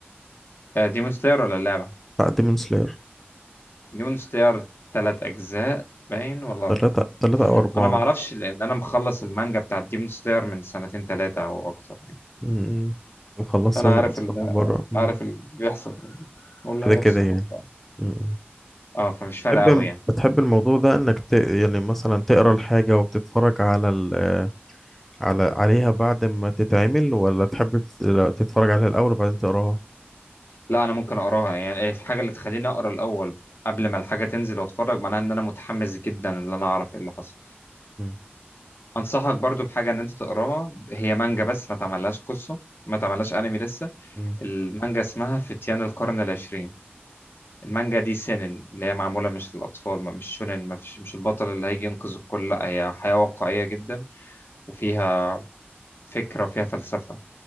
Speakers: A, on the left (about 65°); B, in the centre.
A: آه، ديمون سلاير ولا اللعبه
B: بتاع ديمون سلاير
A: ديمون ستير تلات أجزاء باين ولا
B: تلاتة تلاتة أو أربعة
A: أنا ما أعرفش لأن أنا مخلص المانجا بتاعت ديمون ستير من سنتين تلاتة أو أكتر يعني
B: امم مخلصها
A: انا
B: هي
A: عارف
B: اصلا
A: ال...
B: من بره مم.
A: عارف اللي بيحصل واللي
B: كده
A: هيحصل
B: كده يعني
A: وبتاع
B: امم
A: أه فمش فارقة
B: بتحب
A: أوي يعني
B: بتحب الموضوع ده انك ت... يعني مثلا تقرا الحاجه وتتفرج على ال... على عليها بعد ما تتعمل ولا تحب تت- لا، تتفرج عليها الاول وبعدين تقراها
A: لا أنا ممكن أقراها يعني إيه في حاجة اللي تخليني أقرأ الأول قبل ما الحاجة تنزل وأتفرج معناها إن أنا متحمس جدا إن أنا أعرف إيه اللي حصل
B: مم.
A: انصحك برضو بحاجه ان انت تقراها هي مانجا بس ما تعملهاش قصه ما تعملهاش انمي لسه
B: مم.
A: المانجا اسمها فتيان القرن العشرين المانجا دي سينن اللي هي معمولة مش للأطفال ما مش شونن ما فيش مش البطل اللي هيجي ينقذ الكل لا هي حياة واقعية جدا وفيها فكرة وفيها فلسفة